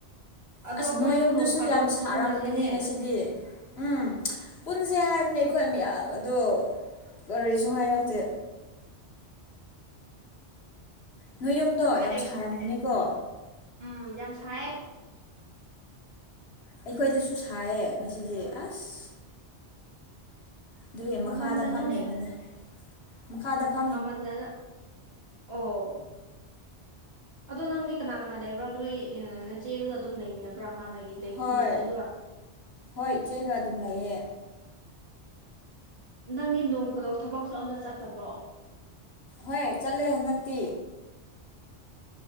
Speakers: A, on the right; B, on the left.
A: ꯑꯗꯣ
B: ꯑꯁ
A: ꯑꯩꯈꯣꯏꯁꯨ
B: ꯅꯣꯏ ꯌꯨꯝꯗꯨꯁꯨ
A: ꯅꯣꯡ ꯐꯥꯗꯣꯛ
B: ꯌꯥꯝ ꯁꯥꯔꯝꯒꯅꯤ
A: ꯎꯅꯁꯦꯅꯦ
B: ꯉꯁꯤꯗꯤ꯫ ꯎꯝ ꯄꯨꯟꯁꯦ ꯍꯥꯏꯕꯅꯦ ꯑꯩꯈꯣꯏ ꯃꯌꯥꯝ ꯑꯗꯣ ꯀꯔꯤꯁꯨ ꯍꯥꯏꯔꯛꯇꯦ꯫ ꯅꯣꯏ ꯌꯨꯝꯗꯣ ꯌꯥꯝ
A: ꯑꯩ
B: ꯁꯥꯔꯝꯅꯤꯀꯣ꯫
A: ꯎꯝ ꯌꯥꯝꯝ ꯁꯥꯏꯌꯦ꯫
B: ꯑꯩꯈꯣꯏꯗꯁꯨ ꯁꯥꯏꯌꯦ ꯉꯁꯤꯁꯦ ꯑꯁ꯫ ꯑꯗꯨꯒꯤ
A: ꯁꯥꯃꯟꯗꯅꯅꯦ
B: ꯃꯈꯥꯗ ꯐꯝꯃꯤꯕꯅꯦ ꯃꯈꯥꯗ ꯐ
A: ꯁꯥꯃꯟꯗꯅ ꯑꯣ ꯑꯗꯣ ꯅꯪꯗꯤ ꯀꯅꯥ ꯀꯅꯥ ꯂꯩꯕ꯭ꯔꯥ ꯅꯣꯏ ꯅꯆꯦꯗꯨꯒ ꯑꯗꯨꯝ ꯂꯩꯃꯤꯟꯅꯕ꯭ꯔꯥ ꯍꯥꯟꯅꯒꯤ ꯂꯩꯃꯤꯟꯅꯕꯗꯨꯒ
B: ꯍꯣꯏ ꯍꯣꯏ ꯏꯆꯦꯒ ꯑꯗꯨꯝ ꯂꯩꯌꯦ
A: ꯅꯪꯒꯤ ꯅꯣꯡ ꯐꯗꯣꯛ ꯊꯕꯛꯁꯨ ꯑꯝꯇ ꯆꯠꯇꯕ꯭ꯔꯣ
B: ꯍꯣꯏ ꯆꯠꯂꯦ ꯍꯟꯗꯛꯇꯤ